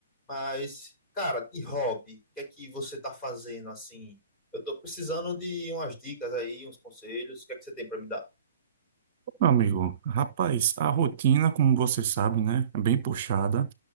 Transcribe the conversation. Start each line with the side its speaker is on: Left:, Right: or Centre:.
Left: Mas, cara, de hobby, o que é que você tá fazendo assim? Eu tô precisando de umas dicas aí, uns conselhos. O que é que você tem pra me dar?
Right: Meu amigo, rapaz, a rotina, como você sabe, né, é bem puxada.